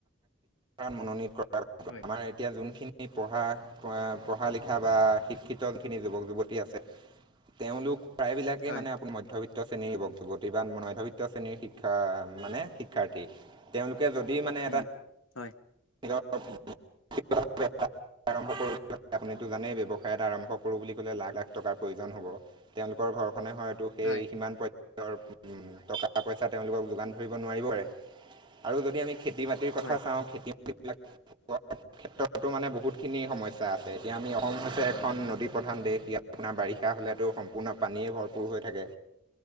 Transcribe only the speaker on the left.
হয়
হয়।
উম,
হয়
হয়,
হয়,